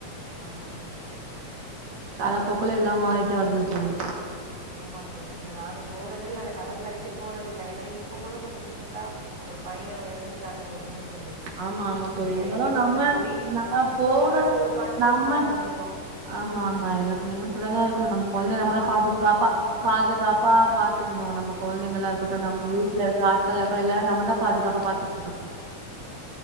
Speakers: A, on the right; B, on the right.
A: ஆமா தோழி ஆமா தோழி
B: காலப்போக்ல எல்லாம் மாறிட்டு வருதுல தோழி
A: ஆமான் தோழி நாங்க போறதே இல்ல அந்த கடற்கரைக்கே போறத இல்ல ஏன்னா இப்ப கூட கொஞ்சம் ரீசன்டா ஒரு பையன் இறந்துட்டா அந்த ஒரு நியூஸ் வந்துச்சு
B: ஆமா ஆமா தோழி
A: அந்த
B: இருந்தாலு
A: சைடு போதுல
B: நம்ம
A: போய்
B: நம்ம
A: தூரமாவே
B: போற
A: போய் உக்காந்து
B: நம்ம
A: தூரமாவே வந்துறோ
B: ஆமா ஆமா எல்ல லிமிட்டோட தா இருக்கணு நம்ம கொழந்தைய நம்மளா
A: காற்று
B: பாத் <unintelligible>
A: வாங்க
B: பா
A: மட்டுந்தா
B: பாதுகாப்பா
A: போறோ
B: பாத்துக்கணு நம்ம கொழந்தைங்களா இருக்கட்டு
A: ஆமா
B: நம்ம வீட்டுல
A: ஆமா
B: இருக்க ஆட்களா இருக்க
A: ஆமா
B: எல்லாரு நம்ம தா பாதுகாப்ப பாத்துக்